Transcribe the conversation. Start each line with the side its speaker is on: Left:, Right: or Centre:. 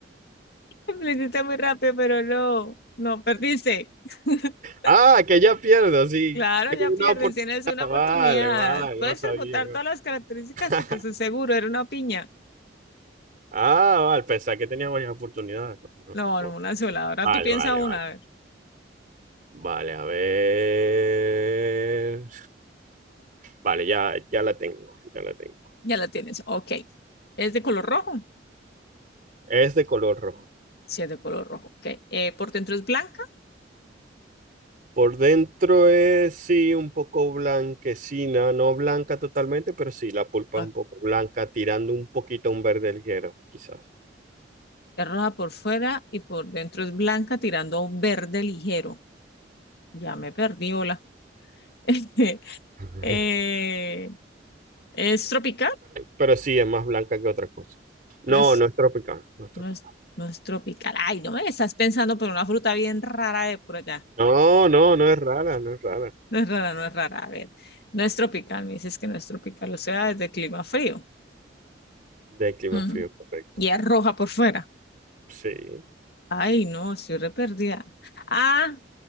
Left: <laughs> lo hiciste muy rápido, pero no, no, perdiste. <laughs>
Right: Ah, que ya pierdo, sí.
Left: Claro,
Right: Tengo
Left: ya
Right: una
Left: pierdes, tienes una
Right: Ah,
Left: oportunidad.
Right: Vale, vale,
Left: Puedes
Right: no sabía.
Left: preguntar
Right: ¿no?
Left: todas las características
Right: <laughs>
Left: hasta que estés seguro, era una piña.
Right: Ah, vale, pensaba que tenía varias oportunidades. No, no,
Left: No,
Right: no.
Left: no, una sola. Ahora
Right: Vale,
Left: tú piensa
Right: vale,
Left: una,
Right: vale.
Left: a ver.
Right: Vale, a ver. Vale, ya, ya la tengo, ya la tengo.
Left: Ya la tienes. Ok. ¿Es de color rojo?
Right: Es de color rojo.
Left: Sí, es de color rojo. Ok. Eh, ¿por dentro es blanca?
Right: Por dentro es, sí, un poco blanquecina, no blanca totalmente, pero sí, la pulpa
Left: Ok.
Right: es un poco blanca, tirando un poquito a un verde ligero, quizás.
Left: Es roja por fuera y por dentro es blanca tirando a un verde ligero. Ya me perdí, hola. <laughs>
Right: <laughs>
Left: Eh, ¿es tropical?
Right: Pero sí, es más blanca que otra cosa. No,
Left: Es,
Right: no es tropical, no es tropical.
Left: no es, no es tropical. Ay, no me estás pensando por una fruta bien rara de por allá.
Right: No, no, no es rara, no es rara.
Left: No es rara, no es rara. A ver, no es tropical, me dices que no es tropical, o sea, es de clima frío.
Right: De clima
Left: Mm.
Right: frío, correcto.
Left: Y es roja por fuera.
Right: Sí.
Left: Ay, no, estoy re perdida. Ah,